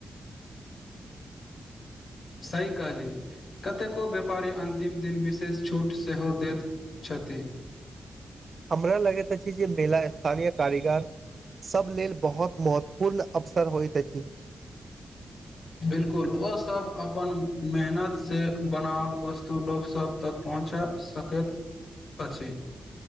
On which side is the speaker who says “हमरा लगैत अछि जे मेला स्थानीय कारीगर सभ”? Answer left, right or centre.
Right